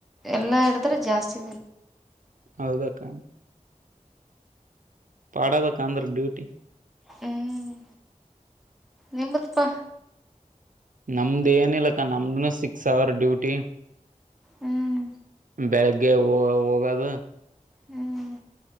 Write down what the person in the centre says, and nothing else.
ಎಲ್ಲ ಹಿಡಿದ್ರೆ ಜಾಸ್ತಿ
ಹ್ಮ್ ನಿಮ್ದುಪ.
ಹ್ಮ್
ಹ್ಮ್